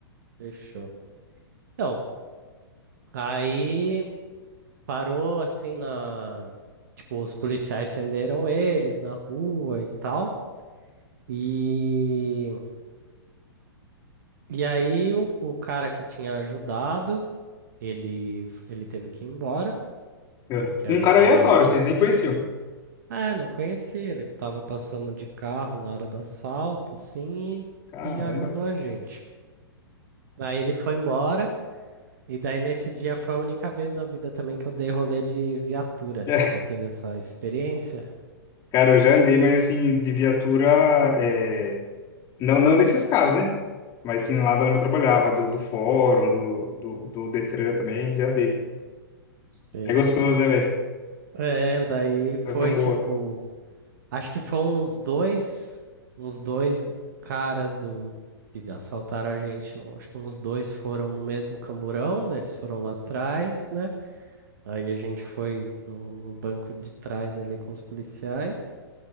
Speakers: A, on the right (about 50°); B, on the left (about 25°).
A: fechou. Então, aí parou assim na. Tipo, os policiais acenderam eles na rua e tal. E, e aí o, o cara que tinha ajudado, ele, ele teve que ir embora,
B: É.
A: que
B: Um
A: ajudou
B: cara aleatório,
A: na hora do,
B: vocês
A: ac-
B: nem conheciam.
A: É, não conheci. Ele tava passando de carro na hora do assalto, assim,
B: Caramba.
A: e, e ajudou a gente. Aí ele foi embora, e daí nesse dia foi a única vez na vida também que eu dei rolê de viatura.
B: É.
A: Já teve essa experiência?
B: Cara, eu já andei, mas assim, de viatura... é, Não, não nesses casos, né? Mas sim, lá da onde eu trabalhava, do, do fórum, do, do, do Detran também, já andei.
A: Sei.
B: É gostoso, né, velho?
A: É, daí
B: Sensação
A: foi
B: boa.
A: tipo, acho que foram uns dois, uns dois caras do que assaltaram a gente, um- acho que uns dois foram no mesmo camburão, daí eles foram lá atrás, né? Aí a gente foi no, no banco de trás ali com os policiais